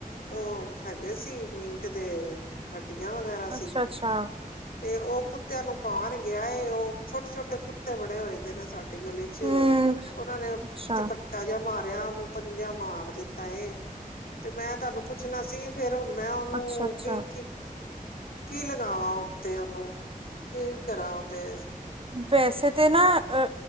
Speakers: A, on the left; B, on the right.
A: ਉ ਹੈਗੇ ਸੀ ਮੀਟ ਦੇ ਹੱਡੀਆਂ ਵਗੈਰਾ
B: ਅੱਛਾ
A: ਸੀ।
B: ਅੱਛਾ
A: ਤੇ, ਉ ਕੁੱਤਿਆਂ ਨੂੰ ਪਾਣ ਗਿਆ ਏ। ਉਹ ਛੋਟੇ-ਛੋਟੇ ਕੁੱਤੇ ਬੜੇ ਹੋਏ ਦੇ ਨੇ ਸਾਡੀ ਗਲੀ 'ਚ
B: ਹਮ
A: ਉਹਨਾਂ ਨੇ
B: ਅੱਛਾ,
A: ਚਪਟਾ ਡੰਡਾ ਜਿਹਾ ਮਾਰਿਆ ਓ ਨੂੰ, ਪੰਜਾ ਮਾਰ ਦਿੱਤਾ ਏ, ਤੇ ਮੈਂ ਤਾਨੂੰ ਪੁੱਛਣਾ ਸੀ ਫੇਰ ਹੁਣ ਮੈਂ ਓਨੂੰ
B: ਅੱਛਾ, ਅੱਛਾ
A: ਕੀ- ਕੀ ਕੀ ਲਗਾਵਾਂ ਉੱਤੇ ਓਨੂੰ ਕੀ ਕਰਾ ਓਦੇ
B: ਵੈਸੇ ਤੇ ਨਾ ਅ